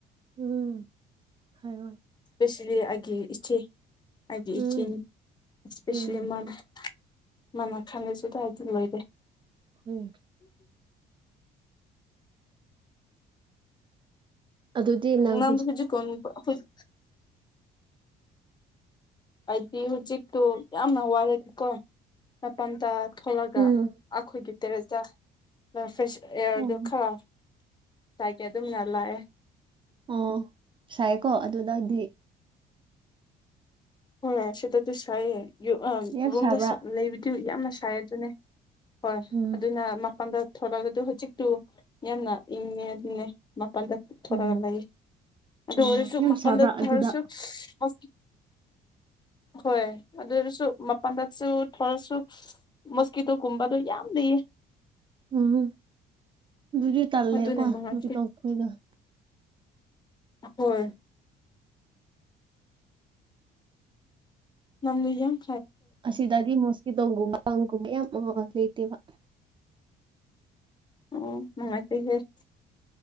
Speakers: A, on the right; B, on the left.
A: ꯎꯝ ꯍꯥꯏꯔꫭꯏ
B: ꯏꯁꯄꯦꯁꯦꯜꯂꯤ ꯑꯒꯤ ꯏꯆꯦ ꯑꯒꯤ
A: ꯎꯝ
B: ꯏꯆꯦꯅꯤ ꯏꯁꯄꯦꯁꯦꯜꯂꯤ
A: ꯎꯝ
B: ꯃꯥꯅ ꯃꯅ ꯈꯪꯉꯁꯨ ꯑꯗꯥꯏꯗꯥ ꯂꯣꯏꯔꯦ
A: ꯍꯣꯏ ꯑꯗꯨꯗꯤ ꯅꯪ
B: ꯅꯪꯗꯨ ꯍꯧꯖꯤꯛ ꯀꯣꯟ ꯑꯈꫭꯏ ꯍꯥꯏꯗꯤ ꯍꯧꯖꯤꯛꯇꯣ ꯌꯥꯝꯅ ꯋꯥꯔ‌ꯦꯕꯀꯣ ꯃꯄꯥꯟꯗ ꯊꯣꯛꯂꯒ
A: ꯎꯝ
B: ꯑꯩꯈꯣꯏꯒꯤ ꯇꯦꯔꯦꯁꯇ ꯐ꯭ꯔꯦꯁ ꯑꯦꯌꯥꯔꯗꯣ
A: ꯑꯣ
B: ꯈꯔ ꯇꯥꯏꯀꯦ ꯑꯗꯨꯝꯅ ꯂꯥꯛꯑꯦ
A: ꯑꯣ ꯁꯥꯏꯀꯣ ꯑꯗꯨꯗꯗꯤ
B: ꯍꯣꯏ ꯁꯤꯗꯗꯤ ꯁꯥꯏꯌ‌ꯦ
A: ꯌꯥꯝ
B: ꯔꯨꯝꯗ
A: ꯁꯥꯕ꯭ꯔꯥ
B: ꯂꯩꯕꯗꯤ ꯌꯥꯝꯅ ꯁꯥꯏ ꯑꯗꯨꯅꯦ ꯍꯣꯏ
A: ꯎꯝ
B: ꯑꯗꯨꯅ ꯃꯄꯜꯗ ꯊꯣꯔꯛꯒ ꯑꯗꯨ ꯍꯧꯖꯤꯛꯇꯨ ꯌꯥꯝꯅ ꯏꯪꯉꯦ ꯑꯗꯨꯅꯦ ꯃ ꯃꯄꯜꯗ ꯊꯣꯔꯛꯑꯒ
A: ꯎꯝ
B: ꯂꯩ ꯑꯗꯨ
A: ꯑꯣ
B: ꯑꯣꯏꯔꯁꯨ
A: ꯌꯥꯝ
B: ꯃꯥꯄꯜꯗ
A: ꯁꯥꯕ꯭ꯔꯥ
B: ꯊꯥꯔꯁꯨ
A: ꯑꯗꯨꯗ
B: ꯍꫭꯁ
A: <inaudible>
B: ꯍꯣꯏ ꯑꯗꯨꯔꯁꯨ ꯃꯄꯜꯗꯁꯨ ꯊꯣꯔꯁꯨ ꯃꯣꯁꯀꯤꯇꯣꯒꯨꯝꯕꯗꯣ ꯌꯥꯝ ꯂꯩꯌꯦ
A: ꯎꯝ ꯑꯗꯨꯗꯤ ꯇꯜꯂꯦꯀꯣ
B: ꯑꯗꯨꯅ
A: ꯑꯗꯨꯗꯤ
B: ꯅꯨꯡꯉꯥꯏꯇꯦ
A: ꯇꯧꯗꫭꯏꯁ‌ꯦ
B: ꯍꯣꯏ ꯅꯪꯒ ꯌꯥꯡ
A: ꯑꯁꯤꯗꯗꯤ ꯃꯣꯁꯀꯤꯇꯣ ꯒꯨꯝꯕ ꯀꯥꯡ ꯒꯝꯕ ꯌꯥꯝ ꯂꯩꯇꯦꯕ
B: ꯑꯣ ꯅꯨꯉꯥꯏꯇ‌ꯦ ꯍ‌ꯦ